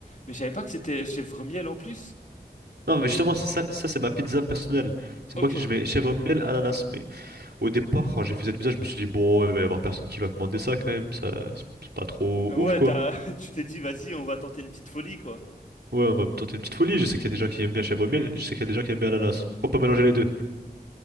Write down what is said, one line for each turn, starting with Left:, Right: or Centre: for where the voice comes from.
Left: Mais je savais pas que c'était chèvre miel en plus.
Right: Non, mais
Left: Et-
Right: justement, c'est ça, ça c'est ma pizza personnelle. C'est
Left: Ok.
Right: moi qui je mets chèvre miel, ananas. Mais au départ, quand j'ai fait cette pizza, je me suis dit, bon, il va y avoir personne qui va commander ça quand même. Ça, c'est c'est pas trop
Left: Ouais,
Right: ouf, quoi.
Left: t'as, <laughs> tu t'es dit, vas-y, on va tenter une petite folie, quoi.
Right: Ouais, on va tenter une petite folie. Je sais qu'il y a des gens qui aiment bien chèvre miel, je sais qu'il y a des gens qui aiment bien ananas. Pourquoi pas mélanger les deux?